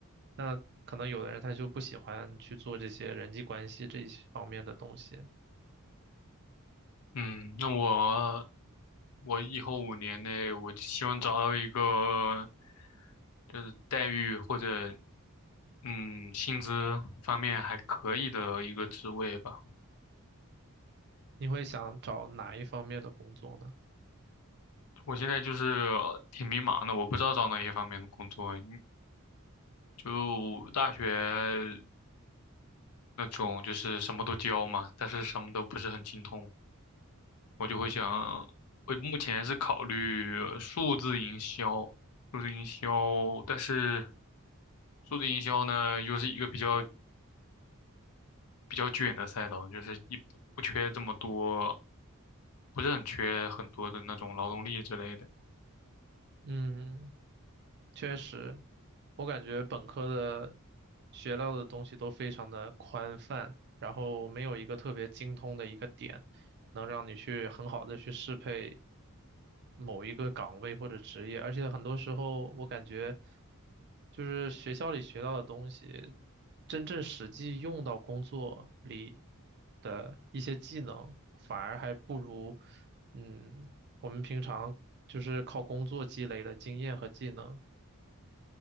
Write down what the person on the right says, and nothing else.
那可能有的人他就不喜欢去做这些人际关系这一方面的东西。
你会想找哪一方面的工作呢？
嗯，
嗯确实，我感觉本科的学到的东西都非常的宽泛，然后没有一个特别精通的一个点，能让你去很好的去适配某一个岗位或者职业，而且很多时候我感觉，就是学校里学到的东西，真正实际用到工作里的一些技能，反而还不如，嗯，我们平常就是靠工作积累的经验和技能。